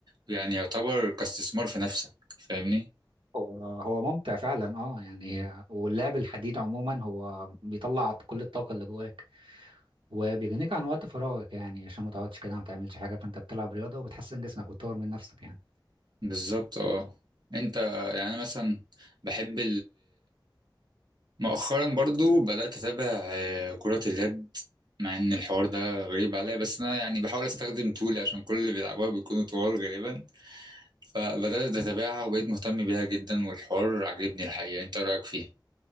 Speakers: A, on the right (about 55°); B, on the right (about 85°).
A: ويعني يعتبر كاستثمار في نفسك فاهمني
B: هو هو ممتع فعلا اه يعني هي- واللعب الحديد عموما هو بيطلع كل الطاقة اللي جواك وبيغنيك عن وقت فراغك يعني عشان ما تقعدش كده ما تعملش حاجة فانت بتلعب رياضة وبتحسن جسمك وتطور من نفسك يعني
A: بالظبط اه انت يعني مثلا بحب مؤخرا برضو بدأت أتابع آه، كرة اليد مع إن الحوار ده غريب عليا بس أنا يعني بحاول أستخدم طولي عشان كل اللي بيلعبوها بيكونوا طوال غالبا فبدأت أتابعها وبقيت مهتم بيها جدا والحوار عجبني الحقيقة أنت رأيك فيه؟